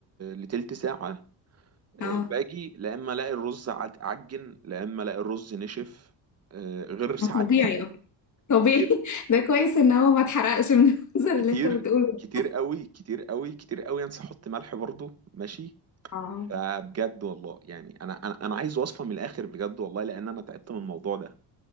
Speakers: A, on the right; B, on the left.
A: لتلت ساعة آه،
B: اه
A: باجي لا إما ألاقي الرز عج- عجن لا إما ألاقي الرز نشف آه، غير ساعات
B: ده طبيعي اه طبيعي
A: كتير
B: <laughs> ده كويس ان هو ما اتحرقش من <laughs> المنظر
A: كتير
B: اللي انت بتقوله
A: كتير قوي كتير قوي كتير قوي أنسى أحط ملح برضه ماشي
B: اه
A: فبجد والله يعني أنا أنا أنا عايز وصفة من الآخر بجد والله لأن أنا تعبت من الموضوع ده